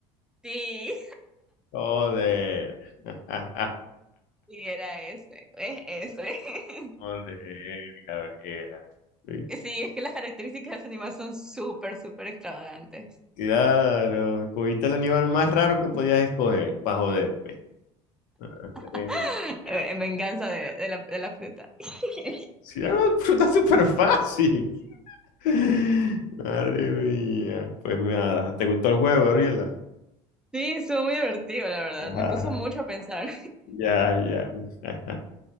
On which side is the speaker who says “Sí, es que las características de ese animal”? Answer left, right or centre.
Centre